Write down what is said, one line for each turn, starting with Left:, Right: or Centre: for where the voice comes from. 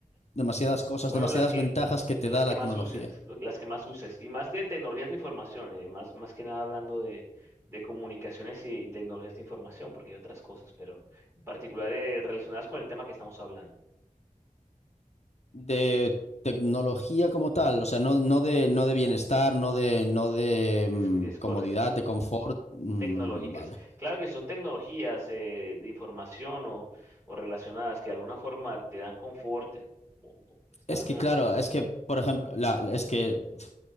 Left: demasiadas cosas,
Right: Bueno,
Left: demasiadas
Right: las que,
Left: ventajas que te
Right: las
Left: da
Right: que
Left: la
Right: más
Left: tecnología.
Right: uses, lo- las que más uses, y más de tecnologías de información, eh, más, más que nada hablando de, de comunicaciones y, y tecnologías de información, porque hay otras cosas, pero en particular eh, relacionadas con el tema que estamos hablando.
Left: De tecnología como tal, o sea, no, no de, no de bienestar, no de, no de
Right: Es,
Left: mm,
Right: es correcto,
Left: comodidad, de confort. mm,
Right: tecnológicas.
Left: vale.
Right: Claro que son tecnologías eh, de información o, o relacionadas que de alguna forma te dan confort, o- o están,
Left: Es que
Right: ah,
Left: claro, es que, por ejemplo, la, es que pf,